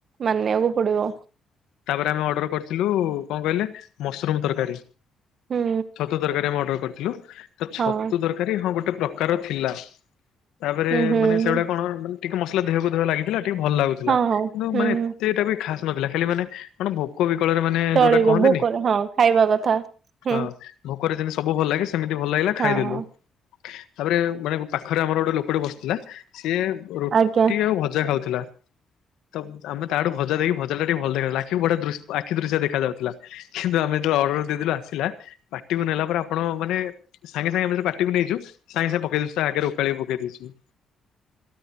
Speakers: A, on the right; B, on the left.
A: ମାନିବାକୁ ପଡିବ।
B: ତାପରେ ଆମେ ଅର୍ଡର କରିଥିଲୁ କଣ କହିଲେ ମସରୁମ ତରକାରୀ।
A: ହୁଁ
B: ଛତୁ ତରକାରୀ ଆମେ ଅର୍ଡର କରିଥିଲୁ ତ ଛତୁ
A: ହଁ।
B: ତର କରୀ ହଁ ଗୋଟେ ପ୍ରକାର ଥିଲା ତାପରେ
A: ହୁଁ ହୁଁ
B: ମାନେ ସେଗୁଡା
A: ହୁଁ
B: କଣ ଟିକେ ମସଲା ଦେହକୁ ଦେହ ଲାଗିଥିଲା ଟିକେ ଭଲ ଲାଗୁଥିଲା
A: ହଁ ହଉ
B: କିନ୍ତୁ
A: ହୁଁ
B: ମାନେ ଏତେଟା ବି ଖାସ ନଥିଲା ଖାଲି ମାନେ। କଣ ଭୋକ ବିକଳରେ ମାନେ
A: ଚଳିବ
B: ଯୋଉଟା କହନ୍ତିନି
A: ଭୋକରେ ହଁ ଖାଇବା କଥା। ହୁଁ
B: ହଁ। ଭୋକରେ ଯେମିତି ସବୁ ଭଲ ଲାଗେ ସେମିତି ଭଲ ଲାଗିଲା
A: ହଁ
B: ଖାଇଦେଲୁ। ତାପରେ ମାନେ ପାଖରେ ଆମର ଗୋଟେ ଲୋକୋେ ବସିଥିଲା। ସିଏ ରୁଟି
A: ଆଜ୍ଞା
B: ଆଉ ଭଜା ଖାଉଥିଲା ତ। ଆମେ ତାଠୁ ଭଜା ଦେଖି ଭଜାଟା ଟିକେ ଭଲ ଦେଥିଲା ଆଖି ଗଟେ ଆଖି ଦୃଶ୍ୟ ଦେଖାଯାଉଥିଲା। କିନ୍ତୁ ଆମେ ଯେତବେଳେ ଅର୍ଡର ଦେଇଲୁ ଆସିଲା ପାଟିକୁ ନେଲା ପରେ ଆପଣ ମାନେ। ସାଙ୍ଗେ ସାଙ୍ଗେ ଏମିତି ପାଟିକୁ ନେଇଛୁ ସାଙ୍ଗେ ସାଙ୍ଗ ପକେଇଦଉୁ ତା ଆଗରେ ଓକାଳି ପକେଇ ଦେଇଛୁ।